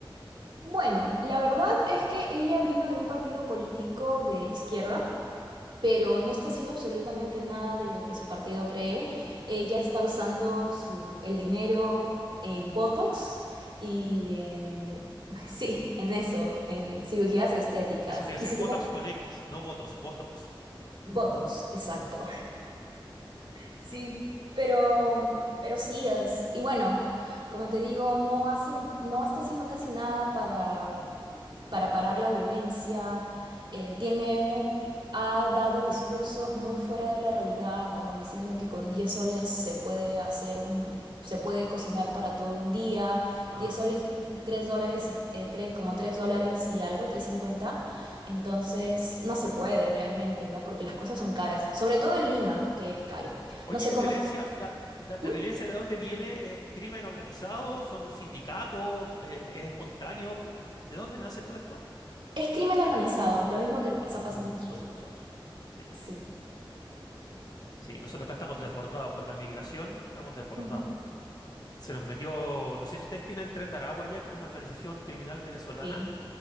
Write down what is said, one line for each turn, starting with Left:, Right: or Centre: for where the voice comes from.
Right: Bueno, la verdad es que ella vino de un partido político de izquierda. pero no está haciendo absolutamente nada de lo que su partido cree. Ella está usando su, el dinero en Botox y en, <laughs> sí, en eso, en cirugías estéticas
Left: Eso te iba a
Right: y
Left: decir
Right: según
Left: Botox con X, no votos, Botox.
Right: Botox, exacto. Sí, pero, pero sí, es, y bueno, como te digo, no hace, no está haciendo casi nada para para parar la violencia, eh, tiene, ha dado discursos muy fuera de la realidad, como diciendo que con 10 soles se puede hacer un, se puede cocinar para todo un día,
Left: Ah.
Right: diez soles, 3 dólares, eh, tres- como 3 dólares y algo, tres cincuenta entonces no se puede realmente, ¿no? Porque las cosas son caras, sobre todo en Lima, que es caro.
Left: Oye,
Right: No sé
Left: ¿y la
Right: cómo
Left: violencia,
Right: es.
Left: la, la, la
Right: ¿Mm?
Left: violencia de dónde viene? ¿Es crimen organizado? ¿Son sindicatos? Eh, ¿Es espontáneo? ¿De, de- de dónde nace todo esto?
Right: Es crimen organizado, lo mismo que
Left: Ah,
Right: está pasando
Left: lo mismo
Right: en
Left: nos
Right: Chile.
Left: pasa a nosotros. Sí.
Right: Sí.
Left: Sí, nosotros acá estamos desbordados con la migración, estamos desbordados.
Right: Ujú.
Left: Se nos metió, no sé si ustedes tienen Tren de Aragua ya, que es una organización criminal venezolana.
Right: Sí,